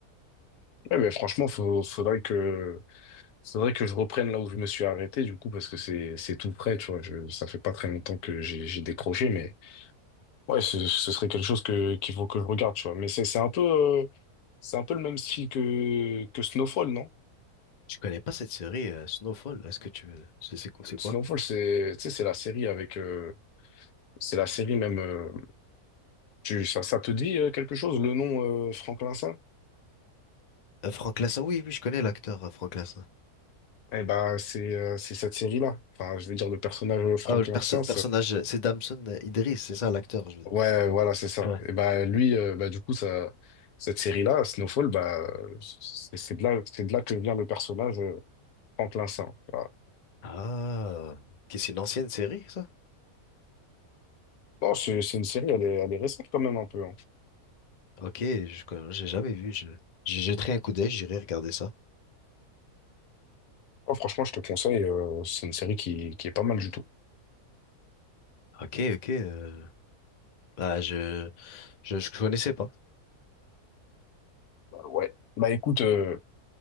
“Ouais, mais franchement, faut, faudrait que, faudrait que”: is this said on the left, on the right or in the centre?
Left